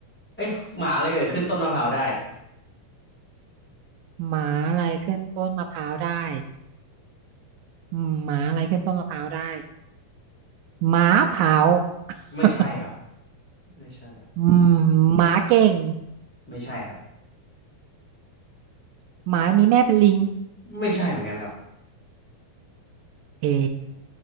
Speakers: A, in the centre; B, on the right (about 80°).
A: เอ้ยหมาอะไรเอ่ยขึ้นต้นมะพร้าวได้
B: หมาอะไรขึ้นต้นมะพร้าวได้อืมหมาอะไรขึ้นต้นมะพร้าวได้หมาเผา
A: ไม่ใช่ครับ
B: <laughs>
A: ไม่ใช่
B: อืมหมาเก่ง
A: ไม่ใช่ครับ
B: หมามีแม่เป็นลิง
A: ไม่ใช่เหมือนกันครับ
B: เอ๋